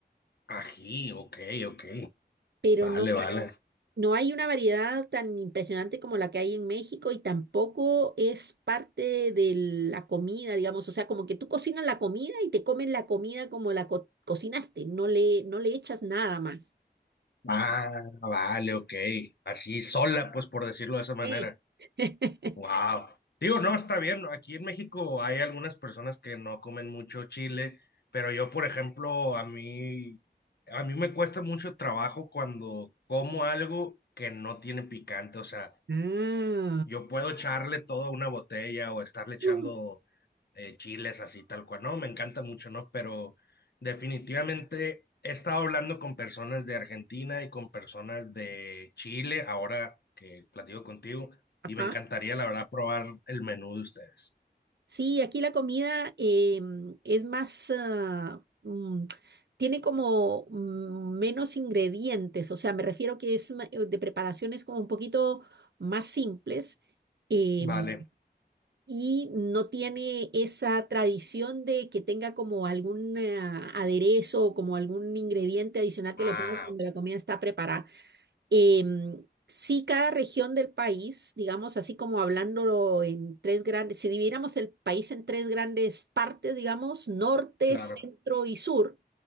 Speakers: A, on the left (about 70°); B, on the right (about 80°).
A: Ají, ok, ok.
B: pero
A: Vale,
B: no,
A: vale.
B: no hay una variedad tan impresionante como la que hay en México y tampoco es parte de la comida, digamos. O sea, como que tú cocinas la comida y te comes la comida como la co- cocinaste, no le, no le echas nada más.
A: Ah, vale, ok. Así sola, pues por decirlo de esa manera.
B: Sí. <laughs>
A: Wow. Digo, no, está bien. Aquí en México hay algunas personas que no comen mucho chile, pero yo, por ejemplo, a mí, a mí me cuesta mucho trabajo cuando como algo que no tiene picante. O sea,
B: Ah,
A: yo puedo echarle todo a una botella o estarle echando
B: Mm.
A: eh, chiles así tal cual, no, me encanta mucho, ¿no? Pero definitivamente he estado hablando con personas de Argentina y con personas de Chile ahora que platico contigo
B: ajá.
A: y me encantaría, la verdad, probar el menú de ustedes.
B: Sí, aquí la comida em, es más, ah, mm, tiene como mm, menos ingredientes, o sea, me refiero que es ma- eh, de preparaciones como un poquito más simples em,
A: Vale.
B: y no tiene esa tradición de que tenga como algún ah, aderezo o como algún ingrediente adicional
A: Ah,
B: que le ponga cuando
A: ok,
B: la comida está preparada. Em, sí, cada región del país, digamos, así como hablándolo en tres grandes, si dividiéramos el país en tres grandes partes, digamos, norte,
A: claro.
B: centro y sur,